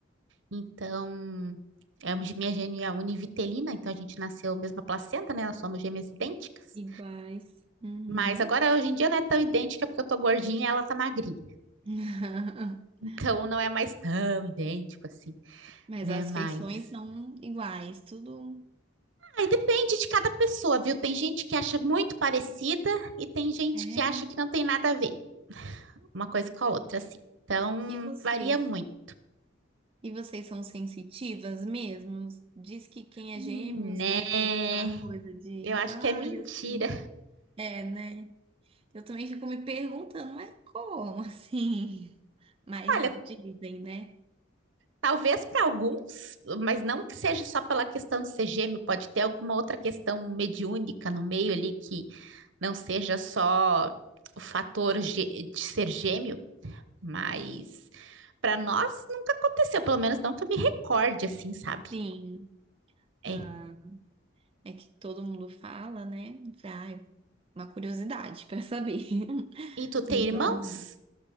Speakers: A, on the right; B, on the right.
A: Então, é, a minha gêmea é univitelina, então a gente nasceu mesma placenta, né? Nós somos gêmeas idênticas.
B: Iguais. Uhum.
A: Mas agora, hoje em dia, não é tão idêntica porque eu tô gordinha e ela tá magrinha.
B: <laughs>
A: Então, não é mais tão idêntico assim,
B: Mas
A: né?
B: as
A: Mas.
B: feições são iguais, tudo.
A: Aí depende de cada pessoa, viu? Tem gente que acha muito parecida e tem gente
B: É.
A: que acha que não tem nada a ver uma coisa com a outra, assim. Então,
B: E vocês?
A: varia muito.
B: E vocês são sensitivas mesmo? Diz que quem
A: Né?
B: é gêmeos, né, tem aquela coisa de,
A: Eu acho
B: ah,
A: que é mentira.
B: eu... é, né? Eu também fico me perguntando, mas como assim? Mas
A: Olha,
B: dizem, né?
A: talvez para alguns, mas não que seja só pela questão de ser gêmeo, pode ter alguma outra questão mediúnica no meio ali que não seja só o fator gê- de ser gêmeo, mas para nós nunca aconteceu, pelo menos não que eu me recorde assim, sabe?
B: Sim.
A: É.
B: Ah, é que todo mundo fala, né? Eu falei, Ai, uma curiosidade para saber <laughs>
A: E tu
B: se
A: tem
B: realmente.
A: irmãos?